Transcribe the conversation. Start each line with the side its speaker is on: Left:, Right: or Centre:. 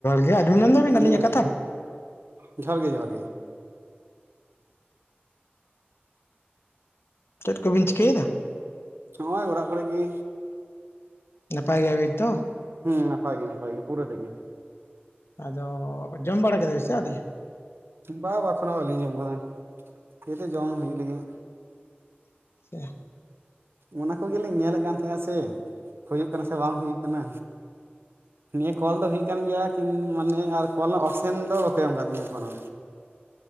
Left: ᱟᱡᱚᱢ ᱧᱟᱢ ᱫᱟᱵᱤᱱ ᱟᱞᱤᱧᱟᱜ
Right: ᱦᱩᱸ
Left: ᱠᱟᱛᱷᱟ
Right: ᱡᱚᱦᱟᱨ ᱜᱮ ᱡᱚᱦᱟᱨ ᱜᱮ
Left: ᱪᱮᱫ ᱠᱚᱵᱤᱱ ᱪᱤᱠᱟᱹᱭᱮᱫᱟ
Right: ᱱᱚᱸᱜᱼᱚᱭ ᱚᱲᱟᱜ ᱠᱚᱨᱮ ᱜᱮ
Left: ᱱᱟᱯᱟᱭ ᱜᱮᱭᱟᱵᱤᱱ ᱛᱚ
Right: ᱦᱩᱸ ᱱᱟᱯᱟᱭ ᱜᱤ ᱱᱟᱯᱟᱭ ᱜᱮ ᱯᱩᱨᱟᱹᱴᱟ ᱜᱮ
Left: ᱟᱫᱚ ᱡᱚᱢ ᱵᱟᱲᱟ ᱠᱮᱫᱟ ᱵᱤᱱ ᱥᱮ ᱟᱹᱣᱨᱤ
Right: ᱵᱟ ᱵᱟ ᱮᱠᱷᱚᱱᱚ ᱵᱟᱹᱞᱤᱧ ᱡᱚᱢ ᱠᱟᱫᱟ ᱠᱤᱫᱩᱜ ᱡᱚᱢ ᱦᱩᱭᱩᱜ ᱞᱟᱹᱜᱤᱫ
Left: <inaudible>
Right: ᱚᱱᱟ ᱠᱚᱜᱮᱞᱤᱧ ᱧᱮᱞᱮᱫ ᱠᱟᱱ ᱛᱟᱦᱮᱸᱱᱟ ᱥᱮ ᱦᱩᱭᱩᱜ ᱠᱟᱱᱟ ᱥᱮ ᱵᱟᱝ ᱦᱩᱭᱩᱜ ᱠᱟᱱᱟ
Left: <inaudible>
Right: ᱱᱤᱭᱟᱹ ᱠᱚᱞ ᱫᱚ ᱦᱩᱭᱩᱜ ᱠᱟᱱ ᱜᱮᱭᱟ ᱠᱤ ᱢᱟᱱᱮ ᱟᱨ ᱠᱚᱞ ᱨᱮᱱᱟᱜ ᱚᱯᱥᱮᱱ ᱫᱚ ᱵᱟᱠᱚ ᱮᱢ ᱟᱠᱟᱫ ᱛᱤᱧᱟᱹ ᱮᱠᱷᱚᱱᱚ